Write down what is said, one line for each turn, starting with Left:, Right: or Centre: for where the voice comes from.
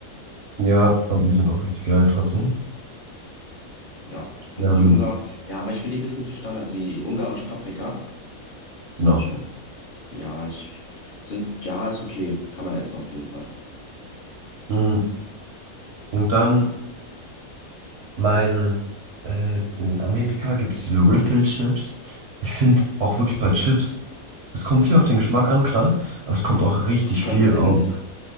Right: Ja, aber die sind auch richtig geil trotzdem.
Left: Ja. Und
Right: Ähm,
Left: die Ungar, ja, aber ich finde die ein bisschen zu Standard. Die ungarische Paprika zum
Right: genau.
Left: Beispiel. Ja, ich sind, ja, ist okay. Kann man essen auf jeden Fall.
Right: Mm. Und dann meine, äh, in den Amerika gibt es diese Riffle-Chips. Ich finde auch wirklich bei Chips, es kommt viel auf den Geschmack an, klar, aber es kommt auch richtig
Left: Die Konsistenz?
Right: viel auf,